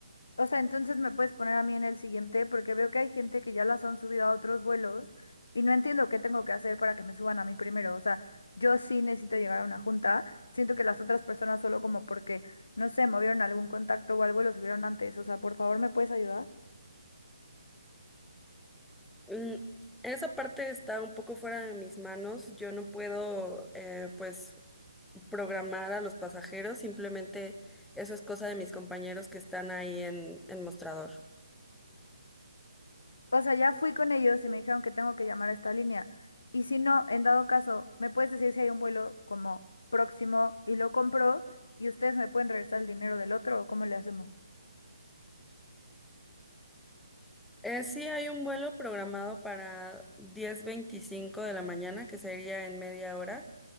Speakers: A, on the left; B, in the centre.
A: O sea, entonces me puedes poner a mí en el siguiente porque veo que hay gente que ya las han subido a otros vuelos y no entiendo qué tengo que hacer para que me suban a mí primero. O sea, yo sí necesito llegar a una junta. Siento que las otras personas solo como porque, no sé, movieron algún contacto o algo y lo subieron antes. O sea, por favor, ¿me puedes ayudar?
B: Mm, Esa parte está un poco fuera de mis manos. Yo no puedo, eh, pues, programar a los pasajeros. Simplemente eso es cosa de mis compañeros que están ahí en, en mostrador.
A: O sea, ya fui con ellos y me dijeron que tengo que llamar a esta línea. Y si no, en dado caso, ¿me puedes decir si hay un vuelo como próximo y lo compro y ustedes me pueden regresar el dinero del otro o cómo le hacemos?
B: Eh, sí hay un vuelo programado para diez veinticinco de la mañana, que sería en media hora.